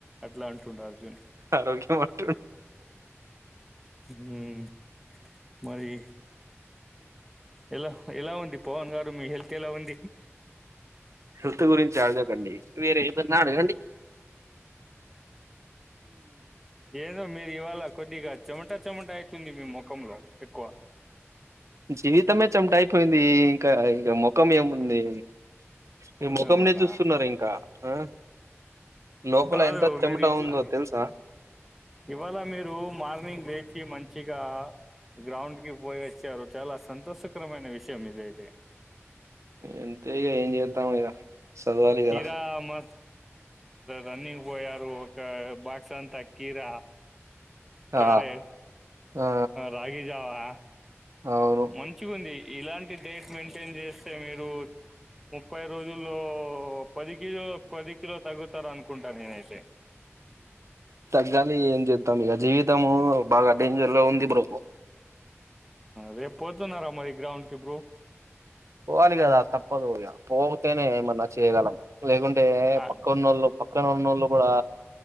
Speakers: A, in the centre; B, on the right (about 85°).
A: అట్లా అంటుండడు అర్జున్
B: ఆరోగ్యం ఉంట
A: ఉమ్, మరి ఎలా ఎలా ఉంది పవన్ గారు మీ హెల్త్ ఎలా ఉంది ఇ
B: హెల్త్ గురించి అడజకండి వేరే ఏన్నాడుండి
A: ఏద మీరు ఇవాళ కొద్దిగా చెమట చెమట అవుతుంది మీ ముఖంలో ఎక్కువ
B: జీవితమే చమట అయిపోయింది ఇంకా ఇక ముఖం ఏముంది మీ ముఖంనే
A: అవునా
B: చూస్తున్నారు ఇంకా ఆ లోపల
A: కాదు
B: ఎంత చెమటా
A: మీరు ఇట్లా
B: ఉందో తెలుసా
A: ఇవాళ మీరు మార్నింగ్ లేేచి మంచిగా గ్రౌండ్ కి పోయ సారు చాలా సంతోషకరమైన విషయం విషం ఇది అయితే
B: ఎంతేగ ఏం చేతాము ఇగ చదవాలి
A: కీరా
B: కదా
A: మ రన్నింగ్ పోయ ఒకే బాక్స్ అంతా కీరా క్యారెట్
B: ఆ ఆ
A: రాగి జావా
B: అవును
A: మంచిగుంది ఇలాంటి డేట్ మెయింటైన్ చేస్తే మీరు ముప్పై రోజుల్లో పది కిలో పది కిలో తగగు వస్తారు అనుకుంటా నేనైతే
B: తగ్గాలి ఏం చేద్దాం ఇక జీవితము బాగా డేంజర్ లో ఉంది బ్రో
A: రేపు పోత నా రా మారి గ్రౌండ్ క బ్రూ
B: పోవాలి కదా తప్పదు పో పోతేనే ఏమన్నా చేయగలం లేకుంటే
A: ఆ
B: పక్క ఉన్నోళ్ళు పక్కన ఉన్నోళ్ళు కూడా